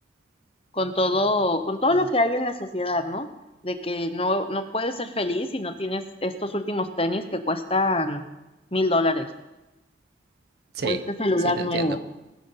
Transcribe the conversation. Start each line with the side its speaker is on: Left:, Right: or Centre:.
Left: con todo, con todo lo que hay en la sociedad, ¿no? De que no, no puedes ser feliz si no tienes estos últimos tenis que cuestan mil dólares,
Right: sí,
Left: o este celular
Right: sí, te entiendo,
Left: nuevo,